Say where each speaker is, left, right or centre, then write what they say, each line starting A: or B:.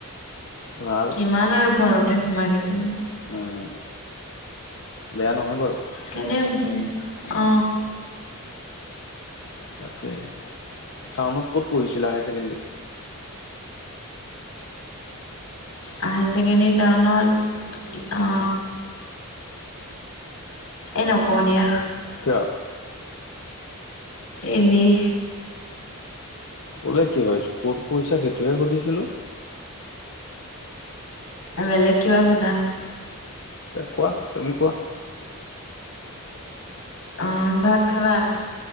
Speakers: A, on the left; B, on the left.
A: ভাল
B: কিমান আৰু ঘৰতে সোমাই থাকিম
A: উম বেয়া নহয় বাৰু
B: কেনে গল অ
A: তাকে টাউনত ক'ত পঢ়িছিলা হাই ছেকেণ্ডেৰী
B: হাই ছেকেণ্ডেৰী টাউনত আ এ নকওঁ দিয়া
A: কিয়
B: এনেই
A: কলে কি হয় ক'ত পঢ়িচা সেইটোহে সুধিছিলো
B: বেলেগ কিবা সুধা
A: কোৱা তুমি কোৱা
B: অঁ ভাত খালা